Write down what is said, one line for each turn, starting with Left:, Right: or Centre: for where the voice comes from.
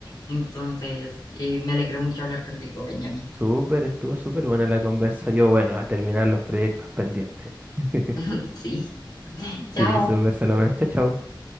Left: Entonces, eh, me alegro mucho hablar contigo, Benjamín.
Right: Súper, estuvo súper buena la conversa. Yo, bueno, a terminar los proyectos pendientes. <laughs>
Left: <laughs> Sí.
Right: Sí,
Left: Chao.
Right: súper, Salomé. Chao, chao.